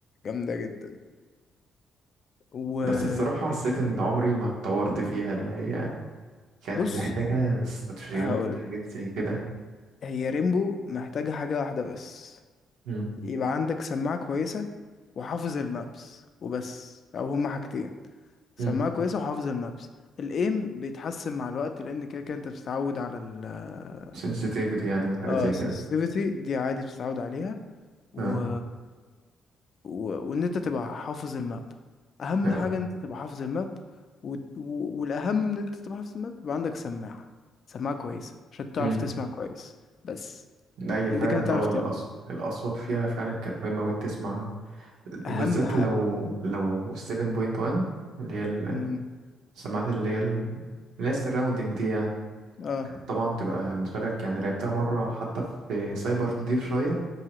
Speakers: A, on the left; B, on the right.
A: جامدة جدا و
B: بس الصراحة حسيت
A: يعني
B: ان عمري ما اتطورت فيها اللي هي كان
A: بص
B: محتاجة استراتيجيات
A: هقول
B: حاجات زي كده
A: هي ريمبو محتاجة حاجة واحدة بس
B: مم.
A: يبقى عندك سماعة كويسة وحافظ المابس وبس أو هما حاجتين سماعة
B: مم.
A: كويسة وحافظ المابس الإيم بيتحسن مع الوقت لأن كده كده أنت بتتعود على ال
B: sensitivity يعني وحاجات
A: اه
B: زي
A: السنسيتيفيتي
B: كده
A: دي عادي بتتعود عليها و...
B: اه
A: و... وإن أنت تبقى حافظ الماب أهم
B: اه
A: حاجة إن أنت تبقى حافظ الماب و... و... والأهم من إن أنت تبقى حافظ الماب يبقى عندك سماعة سماعة كويسة عشان تعرف
B: مم.
A: تسمع كويس بس
B: لا هي
A: أنت
B: فعلا
A: كده تعرف
B: اه الأصوات
A: تلعب
B: الأصوات فيها فعلا كانت مهمة وتسمع
A: أهم
B: وبالذات
A: حاجة
B: لو لو 7.1 اللي هي ال-
A: امم
B: السماعات اللي هي ال- اللي هي السراوندنج دي يعني
A: اه
B: كانت طبعا تبقى بالنسبة لك يعني لعبتها مرة حتى في سايبر نضيف شوية